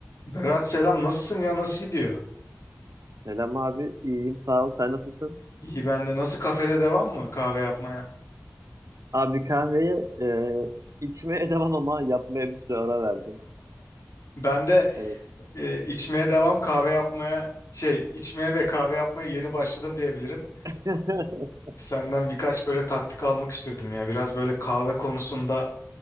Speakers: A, on the left (about 80°); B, on the right (about 80°).
A: Berat selam nasılsın ya nasıl gidiyor?
B: Selam abi, iyiyim sağ ol. Sen nasılsın?
A: İyi ben de nasıl kafede devam mı kahve yapmaya?
B: Abi kahveye e, içmeye <laughs> devam ama yapmaya bir süre ara verdim.
A: Ben de
B: Evet.
A: e, içmeye devam kahve yapmaya şey içmeye ve kahve yapmaya yeni başladım diyebilirim.
B: <laughs>
A: Senden birkaç böyle taktik almak istiyordum ya biraz böyle kahve konusunda